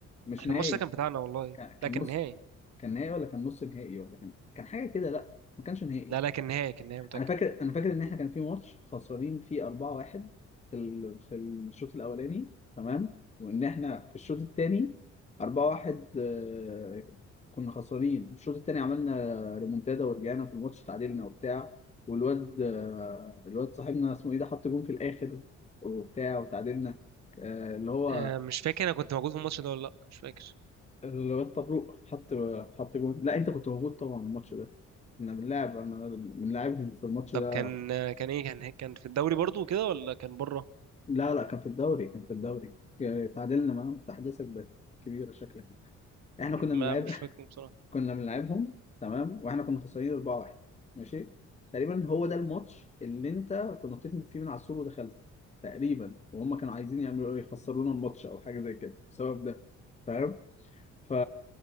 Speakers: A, on the left; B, on the right.
A: مش
B: احنا
A: نهائي
B: الماتش ده كان بتاعنا والله
A: كان كان
B: لكن
A: نص
B: نهائي
A: كان نهائي ولا كان نص نهائي ولا كان كان حاجه كده لا ما كانش نهائي
B: لا لا كان نهائي كان نهائي متأكد
A: انا فاكر انا فاكر ان احنا كان في ماتش خسرانين فيه 4-1 في ال... في الشوط الاولاني تمام وان احنا في الشوط الثاني 4-1 آه، كنا خسرانين الشوط الثاني عملنا ريمونتادا ورجعنا في الماتش تعادلنا وبتاع والواد آه، الواد صاحبنا اسمه ايه ده حط جون في الاخر وبتاع وتعادلنا آه، اللي هو
B: آه مش فاكر انا كنت موجود في الماتش ده ولا لا مش فاكر
A: الواد طبروق حط حط جون لا انت كنت موجود طبعا الماتش ده احنا بنلعب انا بنلعبهم في الماتش
B: طب
A: ده
B: كان آه، كان ايه كان كان في الدوري برضو كده ولا كان بره
A: لا لا كان في الدوري كان في الدوري يعني تعادلنا معاهم تحديثك بقت كبيرة شكلك احنا كنا بنلعب
B: ما مش فاكر بصراحة
A: <laughs> كنا بنلعبهم تمام واحنا كنا خسرانين 4-1 ماشي تقريبا هو ده الماتش اللي انت كنت نطيت فيه من على السور ودخلت تقريبا وهم كانوا عايزين يعملوا ايه يخسرونا الماتش او حاجة زي كده بسبب ده فاهم فا